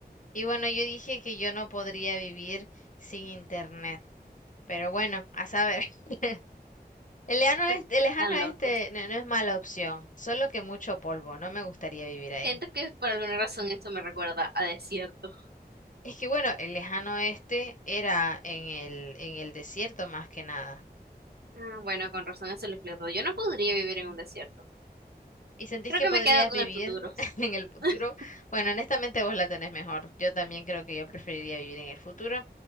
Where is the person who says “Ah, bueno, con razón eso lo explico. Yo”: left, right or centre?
Right